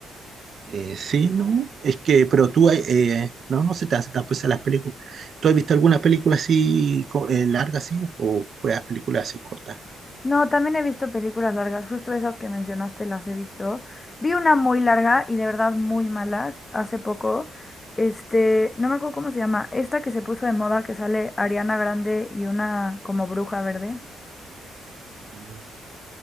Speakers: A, on the right (about 40°); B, on the left (about 15°).
A: Eh, sí, no, es que, pero tú, eh, no, no se te hace tan pesada las películas. ¿Tú has visto alguna película así co- eh, larga, así? ¿O pues, películas así cortas?
B: No, también he visto películas largas, justo esas que mencionaste las he visto. Vi una muy larga y de verdad muy mala hace poco. Este, no me acuerdo cómo se llama, esta que se puso de moda que sale Ariana Grande y una como bruja verde.
A: Mm,